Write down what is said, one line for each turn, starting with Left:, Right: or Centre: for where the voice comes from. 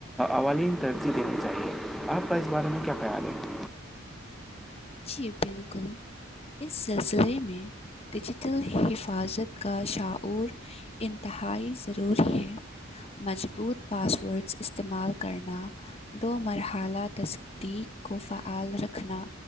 Centre: اوالین ترجیح دینی چاہیے آپ کا اس بارے میں کیا خیال ہے
Left: جی بالکل اس سلسلے میں ڈیجیٹل حفاظت کا شعور انتہائی ضروری ہے مضبوط پاس ورڈس استعمال کرنا دو مرحلہ تصدیق کو فعال رکھنا